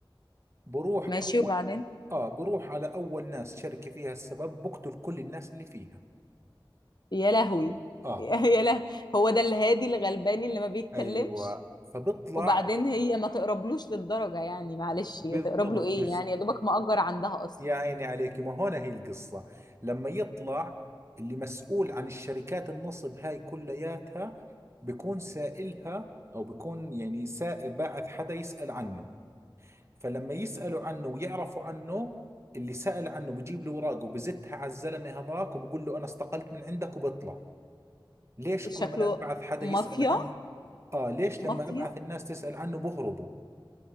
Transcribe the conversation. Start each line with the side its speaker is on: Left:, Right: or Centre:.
Right: بروح
Left: ماشي
Right: أول
Left: وبعدين
Right: آه بروح على أول ناس شركة فيها السبب بقتل كل الناس اللي فيها
Left: يا لهوي
Right: آه
Left: <laughs> يا له هو ده الهادي الغلباني اللي ما بيتكلمش
Right: أيوة فبطلع
Left: وبعدين هي ما تقربلوش للدرجه يعني معلش
Right: بالضبط
Left: يا تقرب له ايه
Right: بس
Left: يعني يا دوبك مأجر عندها اصلا
Right: يا عيني عليك ما هون هي القصة لما يطلع اللي مسؤول عن الشركات النصب هاي كلياتها بكون سائلها أو بكون يعني سا... باعث حدا يسأل عنه فلما يسألوا عنه ويعرفوا عنه اللي سأل عنه بجيب له أوراقه وبزتها على الزلمة هذاك وبقول له أنا استقلت من عندك وبطلع ليش
Left: شكله
Right: كل ما أبعث حدا
Left: مافيا
Right: يسأل عن آه ليش
Left: مافيا
Right: لما أبعث الناس تسأل عنه بهربوا